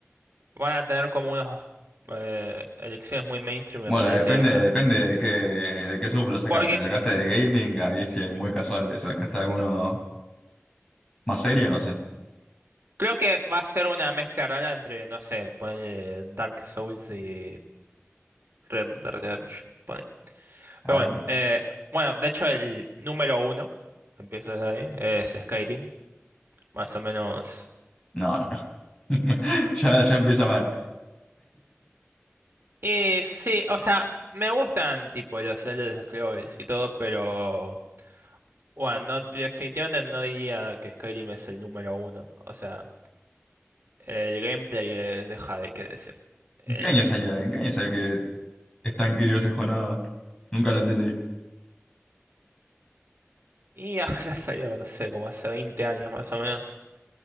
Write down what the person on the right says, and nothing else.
van a tener como unas eh, elecciones muy mainstream,
me parece,
y otras.
no.
Porque
creo que va a ser una mezcla rara entre, no sé, ponerle Dark Souls y Red Dead Redemption. ponele.
Pero bueno,
eh, bueno, de hecho, el número uno, empiezo desde ahí, es Skyrim, más o menos.
Y sí, o sea, me gustan tipo los Elder Scrolls y todo, pero. Bueno, no- definitivamente no diría que Skyrim es el número uno. O sea, el gameplay es- deja de qué decir. Es...
Y <laughs> ahora salió, no sé, como hace 20 años más o menos.